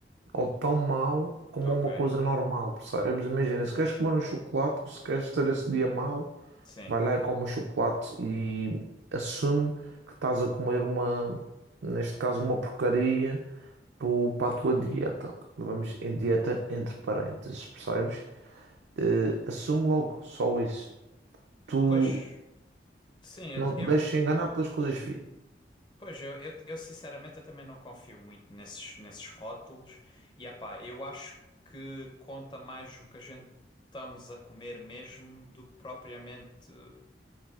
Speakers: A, on the right; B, on the left.
A: ou tão mau como
B: ok,
A: uma coisa normal, percebes? Imagina, se queres comer um chocolate, ou se queres ter esse dia mau,
B: sim.
A: vai lá e come o chocolate e assume que estás a comer uma, neste caso, uma porcaria po- para a tua dieta. Vamos em dieta entre parênteses, percebes? Eh, assume logo só isso. Tu
B: Pois, sim,
A: não te
B: eu,
A: deixes
B: eu-
A: enganar pelas coisas fit.
B: pois eu, eu, eu sinceramente eu também não confio muito nesses, nesses rótulos. E epá, eu acho que conta mais o que a gente estamos a comer mesmo do que propriamente.